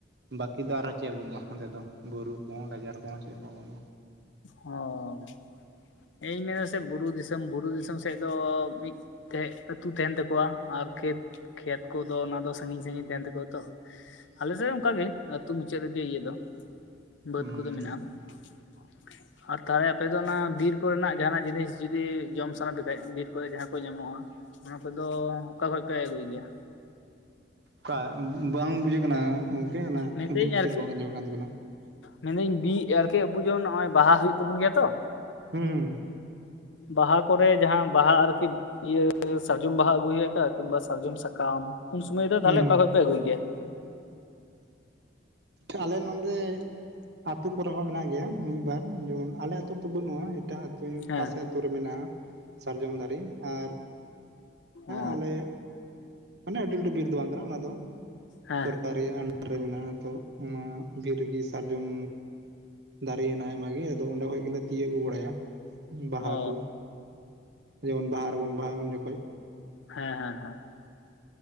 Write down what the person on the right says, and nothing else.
ᱵᱟᱹᱠᱤ ᱫᱚ ᱟᱨᱦᱚᱸ ᱪᱮᱫ ᱦᱚᱸ ᱵᱟᱹᱱᱩᱜᱼᱟ ᱚᱸᱰᱮ ᱫᱚ ᱵᱩᱨᱩ ᱠᱚ ᱜᱟᱡᱟᱲ ᱠᱚ <unintelligible>
ᱦᱩᱸ
ᱠᱟ ᱵᱟᱝ ᱵᱩᱡᱷᱟᱹᱜ ᱠᱟᱱᱟ᱾ ᱚᱱᱟ
ᱟᱹᱰᱤ ᱵᱷᱤᱛᱤᱨ
ᱨᱚᱲ ᱟᱸᱡᱚᱢᱚᱜ ᱠᱟᱱ ᱛᱟᱵᱮᱱᱟ
ᱦᱩᱸ᱾
ᱦᱩᱸ
ᱦᱩᱸ
ᱟᱞᱮ ᱱᱚᱰᱮ ᱟᱛᱳ ᱠᱚᱨᱮ ᱦᱚᱸ ᱢᱮᱱᱟᱜ ᱜᱮᱭᱟ, ᱢᱤᱫ ᱵᱟᱨ ᱡᱮᱢᱚᱱ ᱟᱞᱮ ᱟᱹᱛᱩᱳ ᱨᱮᱫᱚ ᱵᱟᱹᱱᱩᱜᱼᱟ, ᱮᱴᱟᱜ ᱟᱹᱛᱩ
ᱯᱟᱥᱮ ᱟᱛᱩᱨ ᱨᱮ ᱢᱮᱱᱟᱜᱼᱟ ᱥᱟᱨᱡᱚᱢ ᱫᱟᱨᱮ, ᱟᱨ
ᱟᱞᱮ ᱢᱟᱱᱮ ᱟᱹᱰᱤ ᱞᱟᱹᱴᱩ ᱵᱤᱨ ᱫᱚ ᱵᱟᱝ ᱠᱟᱱᱟ ᱚᱱᱟ ᱫᱚ
ᱥᱚᱨᱠᱟᱨ ᱨᱮᱭᱟᱜ ᱟᱱᱰᱟᱨ ᱨᱮ ᱢᱮᱱᱟᱜᱼᱟ ᱛᱚ ᱚᱱᱟ ᱵᱤᱨ ᱨᱮᱜᱮ ᱥᱟᱨᱡᱚᱢ ᱫᱟᱨᱮ ᱦᱮᱸᱱᱟᱜ ᱟᱭᱢᱟ ᱜᱮ ᱟᱫᱚ ᱚᱸᱰᱮ ᱠᱷᱚᱡ ᱜᱮᱞᱮ ᱛᱤᱭᱳᱜ ᱟᱹᱜᱩ ᱵᱟᱲᱟᱭᱟ᱾ ᱵᱟᱦᱟ
ᱠᱩ ᱡᱮᱢᱚᱱ ᱵᱟᱦᱟ ᱨᱮᱵᱚᱱ ᱵᱟᱦᱟᱜᱼᱟ ᱩᱱ ᱡᱚᱠᱷᱚᱡ᱾